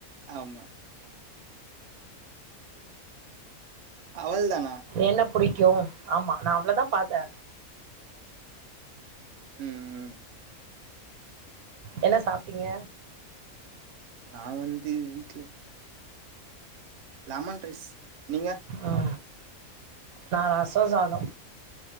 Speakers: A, on the right (about 55°); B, on the right (about 85°).
A: ஆமா அவள்தானா
B: என்னப் புடிக்கும் ஆமா நா அவ்ளவுதாபத்த
A: ம் ம்
B: என்ன சாப்ட்டீங்க
A: நா வந்து வீட்ல லேமன் ரைஸ் நீங்க
B: ஆ நா ரசோசாதோ